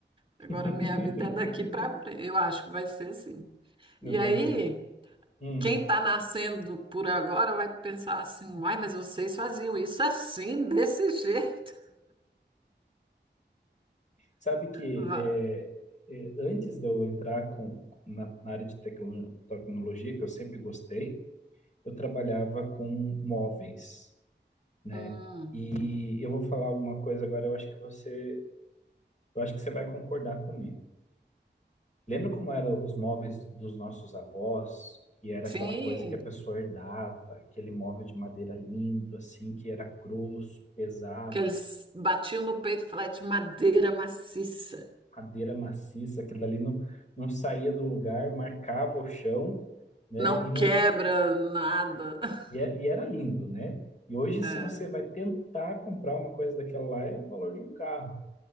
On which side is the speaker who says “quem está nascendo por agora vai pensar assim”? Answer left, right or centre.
Right